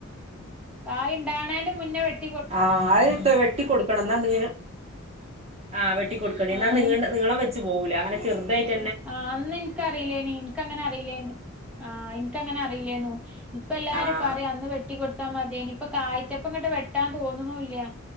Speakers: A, in the centre; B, on the right.
A: കായിണ്ടാണേന്റെ മുന്നേ വെട്ട്
B: ആഹ്അഹ്പ്പ വെട്ടികൊടുക്കണം എന്നാ നീ ആ വെട്ടിക്കൊടുക്കണ്ടി
A: ആഹ്
B: എന്നാ നീണ്ട് നീളം വെച്ച് പോവൂല അങ്ങനെ ചെറുതായിട്ട
A: ആ അന്ന് ഇൻക്കറീലേനി ഇൻക്കങ്ങനറീലേനി ആ ഇൻക്കങ്ങനെ അറീലേന്നു ഇപ്പ എല്ലാരും
B: ആഹ്
A: പറിം അന്ന് വെട്ടി കൊടുത് ത്താ മതീനി ഇപ്പം കായ്ച്ചപ്പം ഇങ്ങട്ട് വെട്ടാൻ തോന്നുണുല്ല്യ